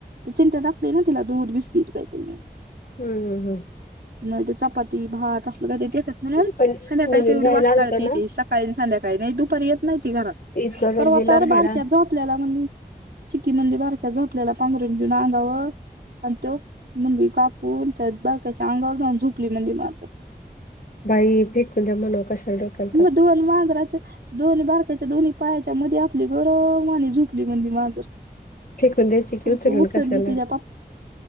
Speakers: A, on the right (about 75°); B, on the left (about 55°).
A: ते चिंट्या टाकतेय ना तिला दूध बिस्किट कायतरी नेऊन -
B: हम् हम हम!
A: मग ते चपाती भात असलं काय तरी देतात म्हणून
B: पण
A: संध्याकाळी
B: नवीन
A: तेवढी
B: राहायला
A: वास
B: आलतो
A: काढत येते
B: ना
A: संध्याकाळी नाही दुपारी येत नाही त घरात
B: इचलकरंजीला
A: परवा तर
B: राहायला
A: बारक्या झोपलेला म्हणलि, चिक्की म्हणली बारक्या झोपल्याला पांघरून घेऊन अंगावर आणि तो म्हणली काक, बारक्याच्या अंगावर जाऊन झोपली म्हणली मांजर.
B: बाई फेकून द्या मनाव कशाला डोक्याला ताप.
A: दोन मांजराच्या, दोन बारकायच्या दोन्ही पायाच्या मध्ये आपली गरम वाणि झोपली म्हणलि मांजर,
B: फेकून द्यायची की
A: तर
B: उचलून
A: तू उचलली
B: कशाला
A: तिच्या